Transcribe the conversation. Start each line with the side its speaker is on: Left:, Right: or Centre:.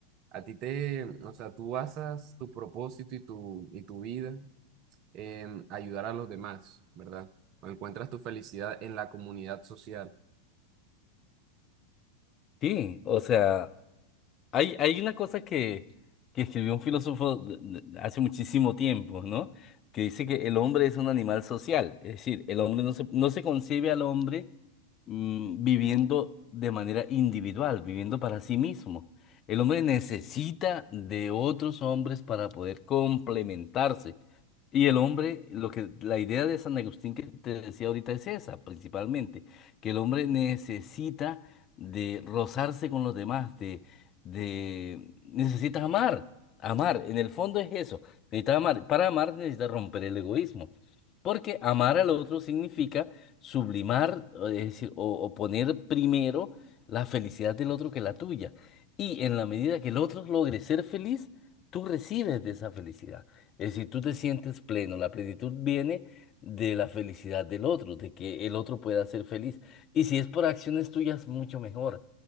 Right: A ti te, o sea, tú basas tu propósito y tu, y tu vida em, ayudar a los demás, ¿verdad? O encuentras tu felicidad en la comunidad social.
Left: Sí, o sea, hay, hay una cosa que, que escribió un filósofo de- de- hace muchísimo tiempo, ¿no? Que dice que el hombre es un animal social. Es decir, el hombre no se, no se concibe al hombre. mm, viviendo de manera individual, viviendo para sí mismo. El hombre necesita de otros hombres para poder complementarse. Y el hombre, lo que la idea de San Agustín que te decía ahorita es esa, principalmente, que el hombre necesita de rozarse con los demás, de, de necesitas amar, amar, en el fondo es eso, necesitas amar, para amar necesitas romper el egoísmo, porque amar al otro significa sublimar, es decir, o, o poner primero la felicidad del otro que la tuya. Y en la medida que el otro logre ser feliz, tú recibes de esa felicidad. Es decir, tú te sientes pleno. La plenitud viene de la felicidad del otro, de que el otro pueda ser feliz. Y si es por acciones tuyas, mucho mejor.